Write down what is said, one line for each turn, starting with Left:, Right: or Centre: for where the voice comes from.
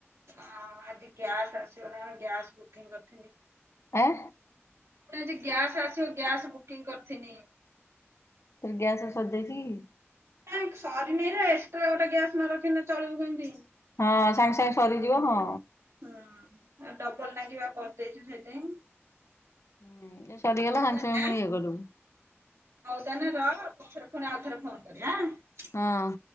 Right: ହଁ ଆଜି ଗ୍ୟାସ୍ ଆସିବ ନା ଗ୍ୟାସ୍ ବୁକିଂ କରିଥିନି।
Left: ଆଁ?
Right: ପୁଣି ଆଜି ଗ୍ୟାସ୍ ଆସିବ ଗ୍ୟାସ୍ ବୁକିଂ କରିିଥିନି।
Left: ତୋର ଗ୍ୟାସେ ସରିଯାଇଚି କି?
Right: ନାଁ ସରିନି ରେ ଏକ୍ସଟ୍ରା ଗୋଟେ ଗ୍ୟାସ୍ ନରଖିନେ ଚଳିବୁ କେମିତି।
Left: ହଁ ସାଙ୍ଗେ ସାଙ୍ଗେ ସରିଯିବ ହଁ।
Right: ହୁଁ ଆଉ ଡବଲ ଟାଙ୍କିବା କରିଦେଇଚୁ ସେଇଥିଆଇଁ।
Left: ହୁଁ ଯେ ସରିଗଲା ସାଙ୍ଗସାଙ୍ଗ୍
Right: ତାନେ
Left: ପୁଣି ଇଏ କରୁ
Right: ହଉ ତାନେ ରହ ପଛରେ ଫୁଣି ଆଉ ଥରେ ଫୋନ କରିବା ଆଁ
Left: ହଁ।